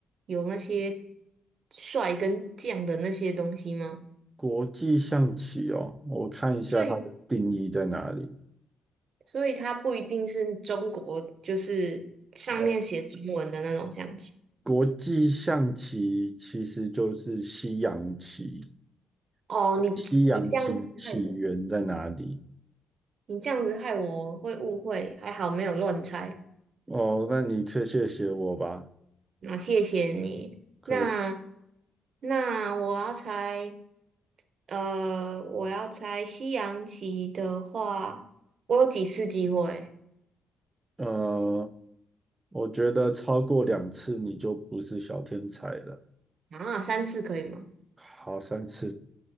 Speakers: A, on the right (about 55°); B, on the right (about 20°).
A: 有那些帅跟将的那些东西吗？
B: 国际象棋哦，我看一下它的定义在哪里。
A: 所以，所以它不一定是中国，就是上面写中文的那种象棋。
B: 哦，国际象棋其实就是西洋棋，
A: 哦，
B: 所以西洋棋起源在哪里？
A: 你你这样子害我，你这样子害我会误会，还好没有乱猜。
B: 哦，那你确谢谢我吧。
A: 那谢谢你。
B: 可
A: 那那我要猜，呃，我要猜西洋棋的话，我有几次机会
B: 呃，我觉得超过两次你就不是小天才了。
A: 啊？三次可以吗？
B: 好，三次，